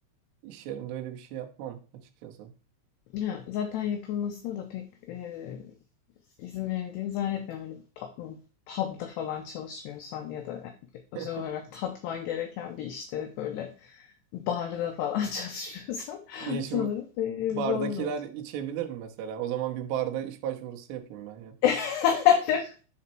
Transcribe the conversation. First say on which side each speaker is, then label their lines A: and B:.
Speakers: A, on the right; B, on the left.
A: iş yerinde öyle bir şey yapmam açıkçası.
B: Ya, zaten yapılmasına da pek e, izin verildiğini zannetmiyorum. Hani pub, pub'da falan çalışmıyorsan ya da özel
A: <laughs>
B: olarak tatman gereken bir işte böyle barda falan <laughs> çalışmıyorsan
A: Ne işim
B: sanırım pek
A: Bardakiler
B: izin olmuyordu.
A: içebilir mi mesela? O zaman bir barda iş başvurusu yapayım ben ya.
B: <laughs>